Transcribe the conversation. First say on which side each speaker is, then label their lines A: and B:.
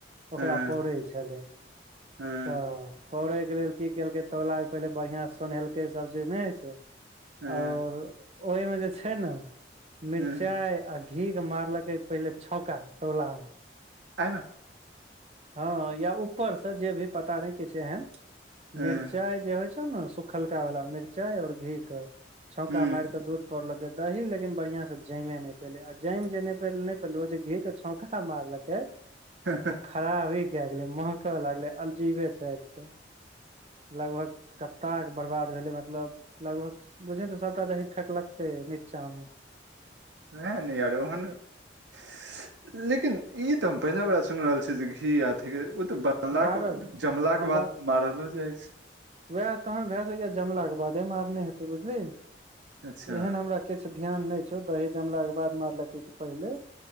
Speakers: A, on the right (about 35°); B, on the right (about 75°).
A: ओकरा
B: हँ
A: पौड़े छले
B: हँ
A: तऽ तड़ैके लेल की केलकै तौलाके पहिले बढ़िआँ सोनहेलकै सभचीज नय छौ
B: हँ
A: ओर ओय में जे छै ने मिरचाइ
B: हुँ
A: आ घी के मारलके पहिले छौका तौला म
B: <unintelligible>
A: हँ या ऊपर से जे भी पता नइ के छै एहन
B: हुँ
A: मिरचाई जे होय छै ने सुखलका वाला मिरचाई और घी के छौका
B: हुँ
A: मार के दूध पौड़लक दही लेकिन बढ़िया से जमे नय पेलै आ जम जे नै पैले ओ जे घी के छौंका मारलकै
B: हँ <unintelligible>
A: ओ खराबी के गेले महक लागले अलजीवे टाइप कऽ लगभग कत्ता के बर्बाद भेले मतलब लगभग बुझ ने तऽ सबटा दी फैेक लागतै निचामे
B: <unintelligible> लेकिन ई तऽ हम पहिला बेड़ा सुन रहल छीय जे घी अथी ओ तऽ ब जमलाक
A: मारल
B: जमला
A: हँ
B: कऽ
A: ब
B: बाद मारलो जाइ छै
A: वएह तहन भए सकै जमलाे बादे मारने हेतै बुझलीही
B: अच्छा
A: एहन हमरा किछु ध्यान नय छौ दही जमलाके बाद मारलकै कि पहिले